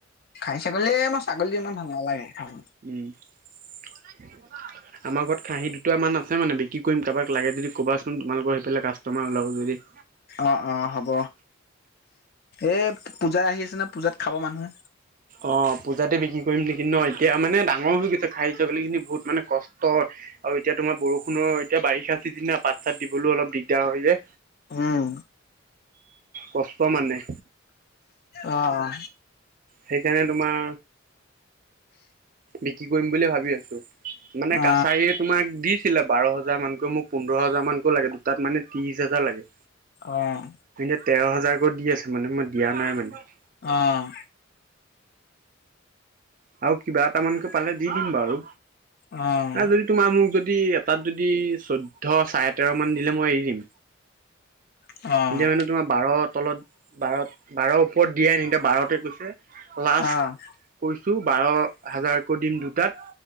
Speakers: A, on the left (about 50°); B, on the right (about 40°).
A: খাই ছাগলী য়ে আ মোৰ ছাগলী ইমান ভাল নালাগে খাব
B: উম। <unintelligible> আমাৰ ঘৰত খাঁহী দুটামান আছে মানে বিক্ৰী কৰিম কাৰোবাক লাগে যদি ক'বাচোন তোমালোকৰ সেইফালে কাষ্টমাৰ ওলাব যদি
A: অ অ হ'ব এই পূজা আহি আছে না পূজাত খাব মানুহে
B: অ' পূজাতে বিক্ৰী কৰিম নেকি ন এতিয়া মানে ডাঙৰ হৈ গৈছে খাহী চাগলিজনী বহুত মানে কষ্ট আৰু এতিয়া টো আমাৰ বৰষুণৰ এতিয়া বাৰিষা চিজন না পাত চাত দিবলৈও অলপ দিগদাৰ হয় যে
A: উম
B: কষ্ট মানে
A: আহ
B: সেইকাৰণে তোমাৰ বিক্ৰী কৰিম বুলিয়ে ভাবি আছো মানে
A: অ
B: কাছাৰী তোমাক দি আছিলে বাৰ হাজাৰ মানকৈ মোক পোন্ধৰ হাজাৰ মানকৈ লাগে দুটাত মানে ত্ৰিশ হাজাৰ লাগে
A: অহ
B: এতিয়া তেৰ হাজাৰকৈ দি আছে মানে মই দিয়া নাই মানে
A: অহ
B: আও কিবা এটা মানকে পালে দি দিম বাৰু
A: অ
B: নাই
A: অ
B: যদি তোমাৰ মোক যদি যদি এটাত যদি চৈধ্য চাৰে তেৰ মান দিলে মই এৰি দিম
A: অ',
B: এতিয়া মানে তোমাৰ বাৰ তলত বাৰ বাৰৰ ওপৰত দিয়াই নাই এতিয়া বাৰতে কৈছে লাষ্ট
A: অ',
B: কৈছো, বাৰ হাজাৰকৈ দিম দুটাত।